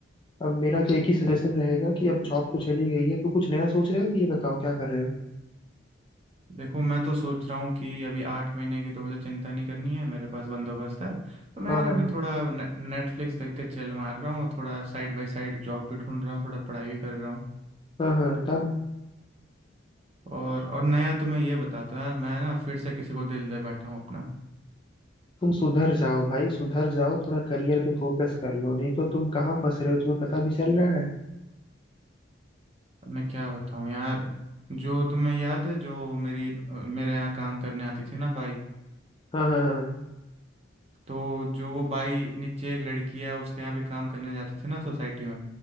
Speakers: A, on the left (about 25°); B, on the right (about 30°).
A: अब मेरा तो एक ही सजेशन रहेगा कि अब जॉब तो चली गई है तो कुछ नया सोच रहे हो कि ये बताओ क्या कर रहे हो
B: देखो मैं तो सोच रहा हूँ कि अभी आठ महीने की तो मुझे चिंता नहीं करनी है मेरे पास बंदोबस्त है तो मैं
A: हाँ
B: यार
A: हाँ
B: अभी थोड़ा ने, नेटफ्लिक्स देख के चिल मार रहा हूँ थोड़ा साइड बाय साइड जॉब भी ढूंढ रहा हूँ थोड़ा पढ़ाई भी कर रहा हूँ
A: हाँ हाँ तब
B: और और नया तो मैं ये बताता हूँ यार मैं ना फिर से किसी को दिल दे बैठा हूँ अपना
A: तुम सुधर जाओ भाई सुधर जाओ थोड़ा करियर पे फोकस कर लो नहीं तो तुम कहाँ फंस रहे हो तुम्हें पता भी चल रहा है
B: अब मैं क्या बताऊँ यार जो तुम्हें याद है जो मेरी अ, मेरे यहाँ काम करने आती थी ना बाई
A: हाँ हाँ हाँ
B: तो जो वो बाई नीचे एक लड़की है उसके यहाँ भी काम करने जाती थी ना सोसाइटी में